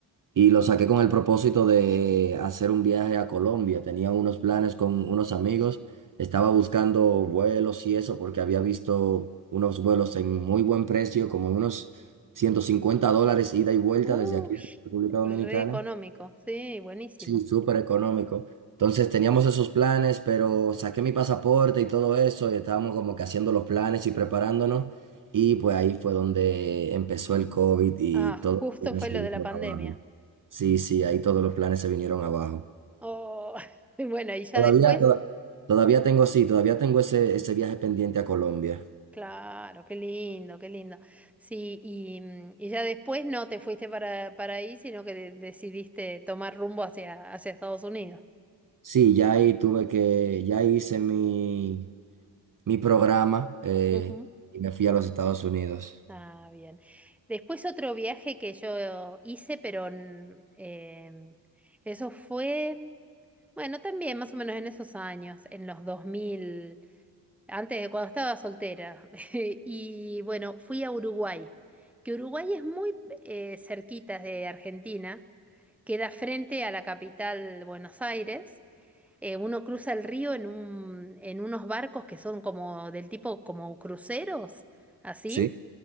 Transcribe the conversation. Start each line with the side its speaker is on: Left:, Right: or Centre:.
Right: Y lo saqué con el propósito de hacer un viaje a Colombia. Tenía unos planes con unos amigos. Estaba buscando vuelos y eso porque había visto unos vuelos en muy buen precio, como unos 150 dólares ida y vuelta
Centre: Uy,
Right: desde aquí, desde República Dominicana.
Centre: re económico, sí, buenísimo.
Right: Sí, súper económico. Entonces teníamos esos planes, pero saqué mi pasaporte y todo eso, y estábamos como que haciendo los planes y preparándonos. Y pues ahí fue donde empezó el COVID y
Centre: Ah,
Right: todos
Centre: justo
Right: los planes
Centre: fue
Right: se
Centre: lo
Right: vinieron
Centre: de la pandemia.
Right: abajo. Sí, sí, ahí todos los planes se vinieron abajo.
Centre: Oh, <laughs> bueno, y ya
Right: Todavía,
Centre: después
Right: toda- todavía tengo, sí, todavía tengo ese, ese viaje pendiente a Colombia.
Centre: Claro, qué lindo, qué lindo. Sí, y, mm, y ya después no te fuiste para, para ahí, sino que de- decidiste tomar rumbo hacia, hacia Estados Unidos.
Right: Sí, ya ahí tuve que, ya hice mi, mi programa eh,
Centre: Ujú.
Right: y me fui a los Estados Unidos.
Centre: Ah, bien. Después otro viaje que yo hice, pero mm, em, eso fue, bueno, también más o menos en esos años, en los 2000, antes de cuando estaba soltera. <laughs> Y bueno, fui a Uruguay, que Uruguay es muy eh, cerquita de Argentina. queda frente a la capital Buenos Aires. Eh, uno cruza el río en un, en unos barcos que son como del tipo como cruceros, así.
Right: Sí.